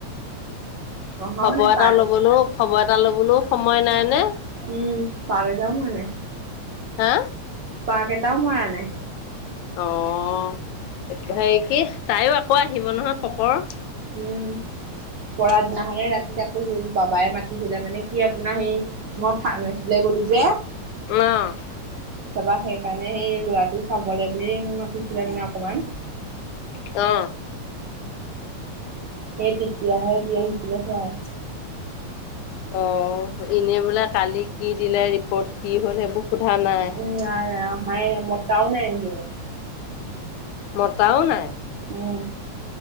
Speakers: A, on the right; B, on the left.
A: অহাও
B: খবৰ
A: নাই
B: এটাও
A: পাৰ্ক,
B: ল'বলৈও খবৰ এটা ল'বলৈও সময় নাই নে।
A: উম পালে যাম মানে।
B: হা।
A: পাক এটাও মৰা নাই।
B: অ হেৰি কি তাইও আকৌ আহিব নহয় পকৰ।
A: উম। পৰা দিনাখনে ৰাতি আকৌ বাবাই মাতিছিলে মানে কি আপোনাৰ সেই। মই ফাৰ্মাচীলৈ গ'লো যে।
B: ম।
A: তাৰ পৰা সেইকাৰণে সেই ল'ৰাটো চাবলৈ বুলি মাতিছিলে মানে অকমান।
B: অ।
A: সেই তেতিয়াহে যি আহিছিলে সেয়াই।
B: অ এনেই বোলে কালি কি দিলে ৰিপৰ্ট কি হ'ল সেইবোৰ সোধা নাই।
A: উম নাই নাই অহাই নাই। তাও নাই এনজিওত।
B: মতাও নাই।
A: উম।